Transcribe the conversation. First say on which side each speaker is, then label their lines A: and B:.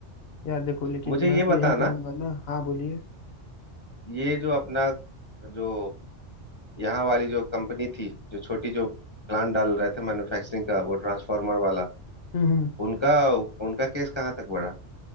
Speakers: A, on the left (about 60°); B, on the left (about 35°).
A: यार देखो लेकिन
B: मुझे
A: मैं
B: ये
A: तो
B: बताना
A: यही कहूंगा ना हाँ बोलिए
B: ये जो अपना जो यहाँ वाली जो कंपनी थी जो छोटी जो प्लान डाल रहे थे मैन्युफैक्चरिंग का वो ट्रांसफार्मर वाला
A: हम्म हम्म।
B: उनका उनका केस कहाँ तक बढ़ा